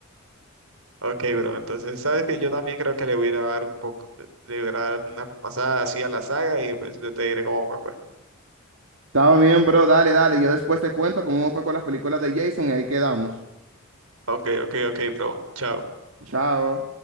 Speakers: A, on the right; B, on the right.
A: Ok, bro. Entonces, sabes que yo también creo que le voy a ir a dar un poco, le voy a dar una repasada así a la saga y pues yo te diré cómo me fue.
B: Está bien, bro, dale, dale, yo después te cuento cómo me fue con las películas de Jason y ahí quedamos.
A: Ok, ok, ok, bro. Chao.
B: Chao.